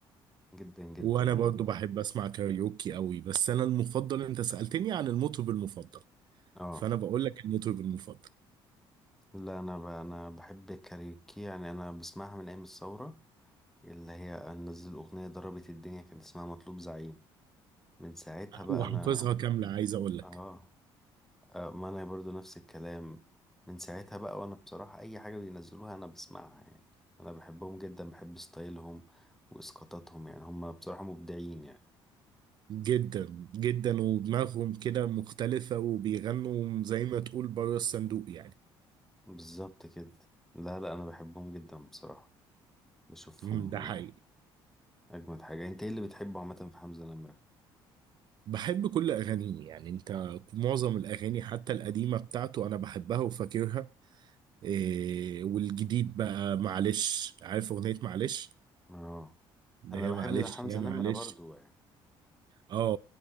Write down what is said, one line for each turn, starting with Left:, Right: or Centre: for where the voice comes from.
Centre: جدا جدا
Right: وانا
Centre: يعني
Right: برضو بحب اسمع كاريوكي قوي بس انا المفضل انت سالتني عن المطرب المفضل
Centre: اه
Right: فانا بقول لك المطرب المفضل
Centre: لا انا ب... انا بحب الكاريوكي يعني انا بسمعها من ايام الثوره اللي هي نزل اغنيه ضربت الدنيا كان اسمها مطلوب زعيم من ساعتها بقى
Right: وحافظها
Centre: انا
Right: كامله عايز اقول لك
Centre: اه آه، ما انا برضو نفس الكلام من ساعتها بقى وانا بصراحة اي حاجة بينزلوها انا بسمعها يعني انا بحبهم جدا بحب ستايلهم واسقاطاتهم يعني هم بصراحة مبدعين يعني
Right: جدا جدا ودماغهم كده مختلفه وبيغنوا زي ما تقول بره الصندوق يعني
Centre: بالظبط كده لا لا انا بحبهم جدا بصراحة بشوفهم
Right: أمم، ده حقيقي
Centre: آه، اجمد حاجة انت ايه اللي بتحبه عامة في حمزة نمرة
Right: بحب كل أغانيه يعني أنت معظم الأغاني حتى القديمة بتاعته أنا بحبها وفاكرها إيه والجديد بقى معلش عارف أغنية معلش
Centre: اه
Right: ده
Centre: انا
Right: هي
Centre: بحب
Right: معلش
Centre: حمزة
Right: يا معلش
Centre: نمرة برضو يعني
Right: اه